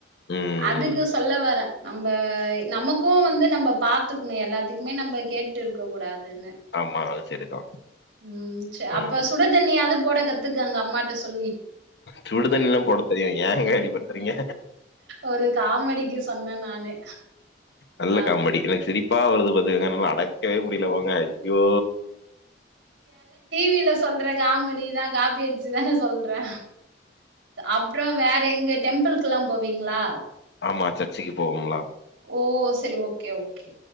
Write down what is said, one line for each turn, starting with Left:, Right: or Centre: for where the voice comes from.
Left: ம்
Right: அதுக்கு சொல்ல வரே நம்ப நமக்கு வந்து நம்ப பாத்துக்ணு எல்லாத்துக்குமே நம்ம கேட் ட்டு இருக்க கூடாதுன்னு
Left: ஆமா அது செரிதா
Right: ம் செ அப்ப
Left: ம்
Right: சுட தண்ணியாது போட கத்துக்கங்க அம்மாட்ட சொல்லி
Left: சுடுதண்ணிலா போட தெரியு ஏங்க இப்டி பண்றீங்க
Right: ஒரு காமெடிக்கு சொன்னே நானு
Left: நல்ல
Right: ஆ
Left: காமெடி எனக்கு சிரிப்பா வருது பாத்துக்கங்க என்னால அடக் கவே முடில்ல போங்க ஐயோ
Right: டி வி ல சொல்றே காமெடி தா காப்பியச்சு தாங்க சொல்றே அப்றோ வேற எங்க டெம்பிள்க்லா போவீங்ளா
Left: ஆமா சர்ச்சிக்கி போவம்ல
Right: ஓ செரி ஓகே ஓகே